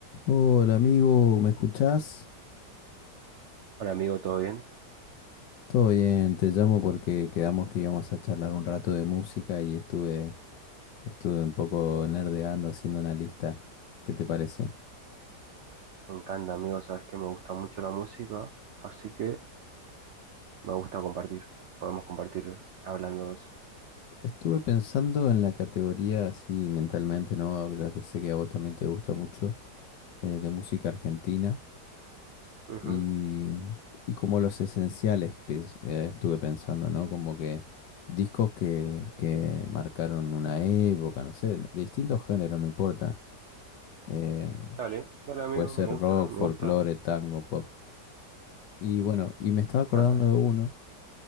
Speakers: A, on the left; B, on the right.
A: Hola amigo, ¿me escuchás?
B: Hola amigo, ¿todo bien?
A: Todo bien, te llamo porque quedamos que íbamos a charlar un rato de música y estuve, estuve un poco nerdeando haciendo una lista. ¿Qué te parece?
B: Me encanta amigo, sabes que me gusta mucho la música, así que me gusta compartir. Podemos compartir hablando de eso.
A: Estuve pensando en la categoría así mentalmente, ¿no? Ya que sé que a vos también te gusta mucho eh, de música argentina
B: Ujú.
A: y, y como los esenciales pens- eh, estuve pensando, ¿no? Como que discos que, que marcaron una época, no sé, de distintos géneros, no importa. Eh,
B: Dale, dale amigo,
A: puede ser
B: me gusta,
A: rock,
B: me
A: folclore,
B: gusta,
A: tango, pop. Y bueno, y me estaba
B: me
A: acordando
B: encanta.
A: de uno